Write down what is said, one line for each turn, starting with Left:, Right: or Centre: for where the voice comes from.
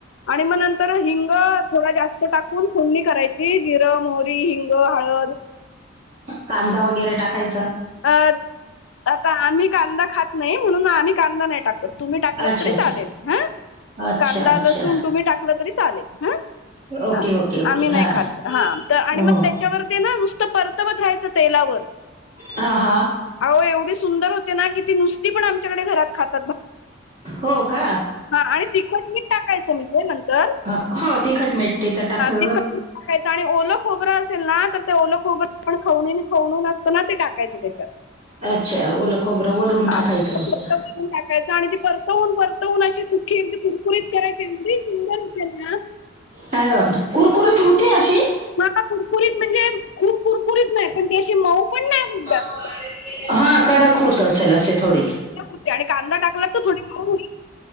Left: आणि मग नंतर हिंग थोडा जास्त टाकून फोडणी करायची जिरं, मोहरी, हिंग, हळद,
Right: कांदा वगैरे टाकायचं
Left: अ आता आम्ही कांदा खात नाही म्हणून आम्ही कांदा नाही टाकत. तुम्ही टाकला
Right: अच्छा,
Left: तरी
Right: अच्छा.
Left: चालेल हा
Right: अच्छा,
Left: कांदा,
Right: अच्छा.
Left: लसूण तुम्ही टाकलं तरी चालेल हा
Right: ओके,
Left: हा
Right: ओके, ओके.
Left: आम्ही नाही
Right: हां.
Left: खात हा
Right: हो.
Left: आणि मग त्याच्यावरती ना नुसत परत तवत राहायचं तेलावर
Right: हा हा.
Left: अहो एवढी सुंदर होते ना की ती नुसती पण आमच्याकडे घरात खात
Right: हो का.
Left: हा आणि तिखट, मीठ टाकायचं म्हणजे नंतर
Right: अ, हो तिखट मीठ ते तर टाकलं.
Left: ते टाकायच आणि ओल खोबरं असेल ना तर ते ओल खोबरं आपण खाव खवन न असतं ना ते टाकत टाकायचं त्याच्यात
Right: अच्छा, ओलं खोबरं वरून
Left: ह
Right: टाकायचं असं.
Left: टाकायच आणि त परतवून पर न अशी सुखी अगदी कुरकुरीत करायची एवढी सुंदर होतेना
Right: अरे बापर कुरकुरीत होती अशी
Left: मला कुरकुरीत म्हणजे खूप कुरकुरीत नाही पण त्याशी मऊ पण नाही जास्त.
Right: हा कडक होत असेल असे थोडी.
Left: होते आणि कांदा टाकला तर थोडी हो